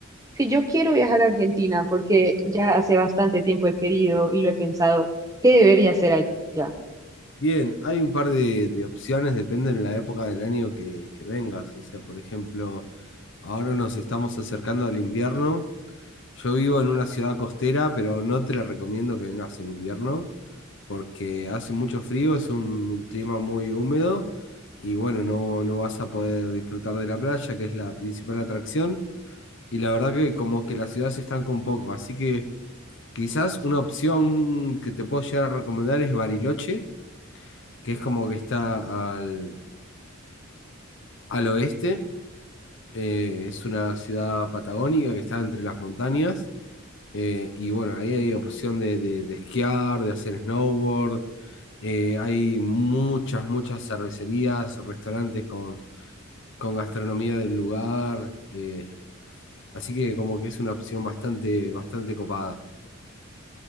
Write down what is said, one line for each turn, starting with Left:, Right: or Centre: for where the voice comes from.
Right: si yo quiero viajar a Argentina, porque ya hace bastante tiempo he querido y lo he pensado, ¿qué debería hacer allá?
Left: Bien, hay un par de, de opciones, depende de la época del año que, que vengas. O sea, por ejemplo, ahora nos estamos acercando al invierno. Yo vivo en una ciudad costera, pero no te la recomiendo que vengas en invierno porque hace mucho frío, es un clima muy húmedo y bueno, no, no vas a poder disfrutar de la playa, que es la principal atracción. Y la verdad que como que la ciudad se estanca un poco, así que quizás una opción que te puedo llegar a recomendar es Bariloche, que es como que está al, al oeste, eh, es una ciudad patagónica que está entre las montañas. Eh, y bueno, ahí hay opción de, de- de esquiar, de hacer snowboard. Eh, hay muchas, muchas cervecerías, restaurantes con, con gastronomía del lugar. eh, así que como que es una opción bastante, bastante copada.